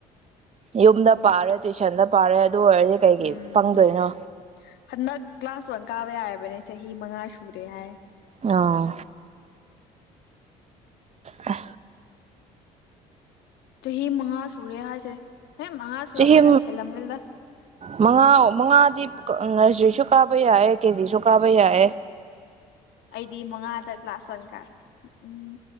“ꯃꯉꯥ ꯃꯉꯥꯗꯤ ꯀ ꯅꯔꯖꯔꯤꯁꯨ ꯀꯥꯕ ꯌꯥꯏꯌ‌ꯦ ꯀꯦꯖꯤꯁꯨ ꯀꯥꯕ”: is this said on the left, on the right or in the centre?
Right